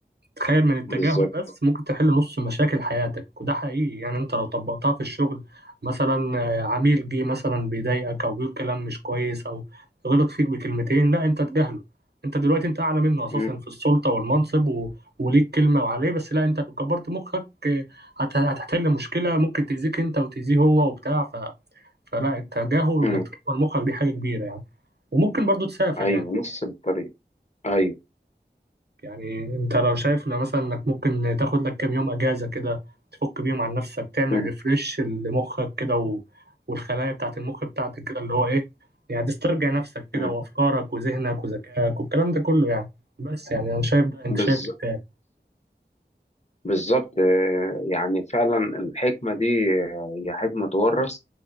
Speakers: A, on the right; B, on the left.
A: تخيل من التجاهل
B: بالظبط
A: بس ممكن تحل نص مشاكل حياتك وده حقيقي يعني انت لو طبقتها في الشغل مثلا آه، عميل جه مثلا بيضايقك او بيقول كلام مش كويس او غلط فيك بكلمتين لا انت تجاهله انت دلوقتي انت اعلى منه اساسا
B: امم
A: في السلطه والمنصب و... وليك كلمه وعليه بس لا انت لو كبرت مخك آه، هت... هتحل مشكله ممكن تاذيك انت وتاذيه هو وبتاع ف... فلا التجاهل وانك
B: امم
A: تكبر مخك دي حاجه كبيره يعني وممكن برضو تسافر
B: ايوه
A: يعني
B: نص الطريق ايوه
A: يعني انت لو شايف لو مثلا انك ممكن تاخد لك كام يوم اجازة كده تفك بيهم عن نفسك تعمل
B: امم
A: ريفرش لمخك كده و... والخلايا بتاعت المخ بتاعتك كده اللي هو ايه يعني تسترجع نفسك كده
B: امم
A: وافكارك وذهنك وذكائك والكلام ده كله يعني بس يعني انا شايف ده انت
B: بالظبط
A: شايف إيه تاني؟
B: بالظبط آه، يعني فعلا الحكمه دي آه، هي حكمه تورث